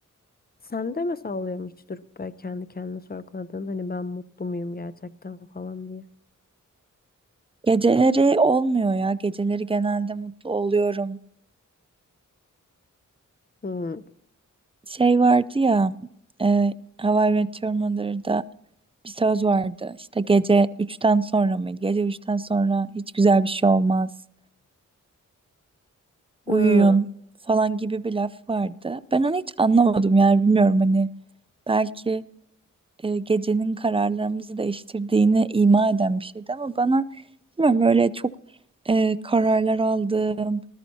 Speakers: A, on the left (about 30°); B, on the right (about 15°).
A: Sende mesela oluyor mu hiç durup böyle kendi kendine sorguladığın hani ben mutlu muyum gerçekten falan diye.
B: Geceleri olmuyor ya. Geceleri genelde mutlu oluyorum.
A: Hmm.
B: Şey vardı ya, e, How I Met Your Mother'da bir söz vardı. İşte gece üçten sonra mıydı? Gece üçten sonra hiç güzel bir şey olmaz. Uyuyun
A: Hı.
B: falan gibi bir laf vardı. Ben onu hiç anlamadım yani bilmiyorum hani belki e, gecenin kararlarımızı değiştirdiğini ima eden bir şeydi ama bana Bilmiyorum böyle çok e, kararlar aldığım,